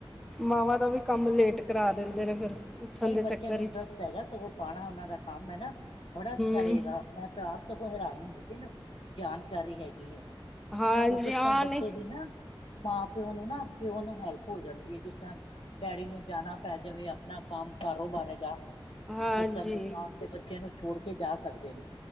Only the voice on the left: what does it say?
ਨਈਂ,
ਬੱਚੇ
ਨੂੰ
ਇੰਟਰਸਟ ਹੈਗਾ ਸਗੋਂ ਪਾਨਾ ਉਨਾਂ ਦਾ ਕੰਮ ਐ ਨਾ, ਬੜਾ ਅੱਛਾ
ਰੇਗਾ, ਮੈਂ ਤਾਂ ਆਪ ਸਗੋਂ ਹੈਰਾਨ ਹੁੰਦੇ ਸੀ ਨਾ, ਜਾਨਕਾਰੀ ਹੈਗੀ ਐ।
ਕਿ ਕਿਸ
ਤਰ੍ਹਾਂ ਬੱਚੇ
ਦੀ ਨਾ, ਮਾਂ ਪਿਓ ਨੂੰ ਨਾ, ਪਿਓ ਨੂੰ ਹੈਲਪ ਹੋ ਜਾਂਦੀ ਏ, ਕਿਸ ਤਰ੍ਹਾਂ ਡੈਡੀ ਨੂੰ ਜਾਨਾ ਪੈ ਜਾਵੇ, ਆਪਨਾ ਕੰਮ- ਕਾਰੋਬਾਰ ਹੈਗਾ। ਕਿਸ
ਤਰ੍ਹਾ ਓ ਆ ਤੇ ਬੱਚਿਆਂ ਨੂੰ ਛੋੜ ਕੇ ਜਾ ਸਕਦੇ ਨੇ?